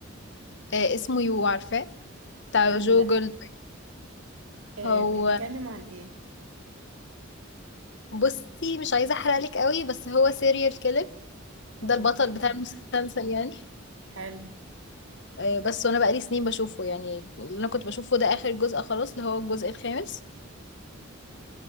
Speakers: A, on the left (about 60°); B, on the right (about 80°).
A: آه اسمه يو عارفاه بتاع
B: لا
A: جو جولدبرج
B: أه،
A: هو
B: بيتكلم عن ايه؟
A: بصي مش عايزة احرقلك قوي بس هو سيريال كيلر
B: اوكي
A: ده البطل بتاع المسلسل يعني
B: حلو
A: آه بس وانا بقالي سنين بشوفه يعني اللي انا كنت بشوفه ده اخر جزء خلاص اللي هو الجزء الخامس